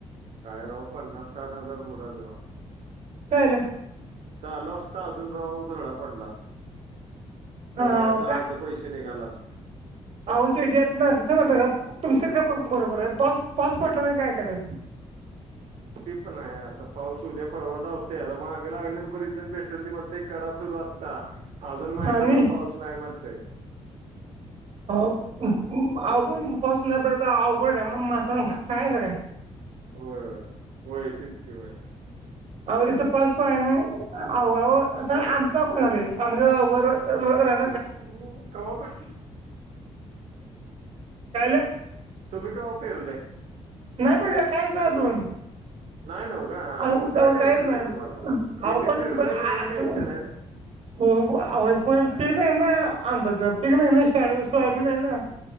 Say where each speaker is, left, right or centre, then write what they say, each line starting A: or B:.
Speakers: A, on the right (about 85°); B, on the right (about 60°).
A: काय राव पन्नास साठ हजार बुडालं राव.
B: काय आलं?
A: चालू असता अजून राव धुळा पाडला असता.
B: हा
A: मोबाईलच
B: हा
A: अर्ध पैसे निघाल असत.
B: आओ शेटजी यात <unintelligible> कस नातात <inaudible> तुमचं ख बरोबर हाय. पास पाऊस पडला नाही काय करायचं?
A: ते पण हाय आता पाऊस उद्या परवा दावतयं आता मागं लागल्यात बरीच जण भेटेल ते म्हणतयं -- करा सुरुवात ता अजून महिनाभर
B: आणि
A: पाऊस नाही म्हणतंय.
B: पण पाऊस नाही पडला तर मग अवघड हाय. मग माणसानं खायाचं काय?
A: होय. होय. तीच की व्हयं.
B: अ इथ पाच पा आहे ना अवगाव अस
A: हाय ना
B: आमचा झाले आम अवघ रा --
A: <unintelligible> कवापण --
B: काय आलं?
A: तुम्ही कवा पेरलेयं?
B: नाही पेरलं काहीच नाही अजून
A: नायनव का? हा
B: अ
A: मग काय टेन्शन
B: काहीच नाही
A: आहे तुम्हाला
B: ह
A: ज्यांनी
B: आओ पण
A: पेरलंय
B: अ
A: त्यांना
B: आ स
A: टेन्शन आहे ना
B: हो. पण पिक नाही आहे ना अंदाज पिक नाही सोयाबीन आहे ना?